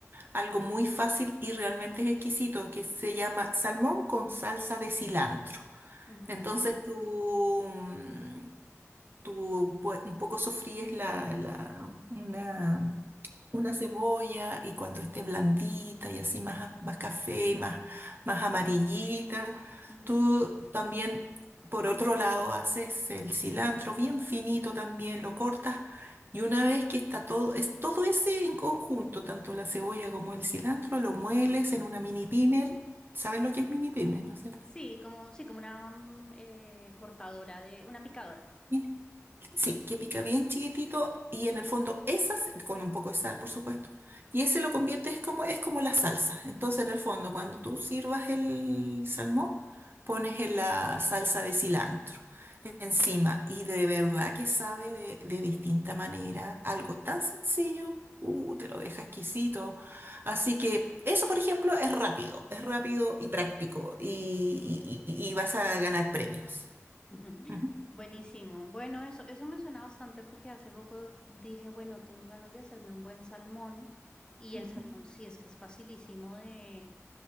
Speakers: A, on the right (about 45°); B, on the left (about 15°).
A: algo muy fácil y realmente exquisito que se llama salmón con salsa de cilantro.
B: Ujú,
A: Entonces tú, mm, tú pue- un poco sofríes la, la- una, una cebolla y cuando esté blandita y así más, a- más café, más, más amarillita,
B: ujú.
A: tú también, por otro lado, haces el cilantro bien finito también, lo cortas y una vez que está todo, es todo ese en conjunto, tanto la cebolla como el cilantro, lo mueles en una mini pimer. ¿Sabes lo que es mini pimer, no es cierto?
B: Sí, como, sí, como una mm, eh, cortadora de, una picadora.
A: Sí. Sí, que pica bien chiquitito y en el fondo esas, con un poco de sal, por supuesto. Y ese lo conviertes como, es como la salsa. Entonces, en el fondo, cuando tú sirvas el salmón, pones en la salsa de cilantro encima. Y de verdad que sabe de, de distinta manera. Algo tan sencillo, uh, te lo deja exquisito. Así que eso, por ejemplo, es rápido. Es rápido y práctico. Y, y- y- y vas a ganar premios.
B: <laughs>
A: Ujú,
B: Buenísimo. Bueno, eso, eso me suena bastante porque hace poco dije, bueno, tengo ganas de hacerme un buen salmón y
A: ujú.
B: el salmón sí es que es facilísimo de,